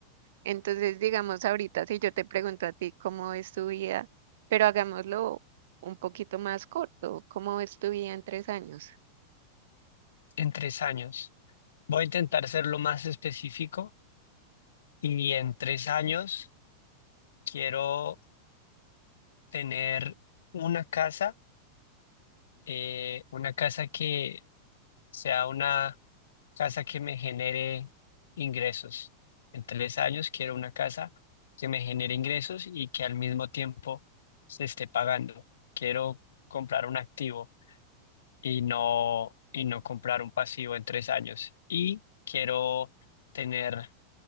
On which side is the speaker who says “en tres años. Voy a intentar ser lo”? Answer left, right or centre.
Left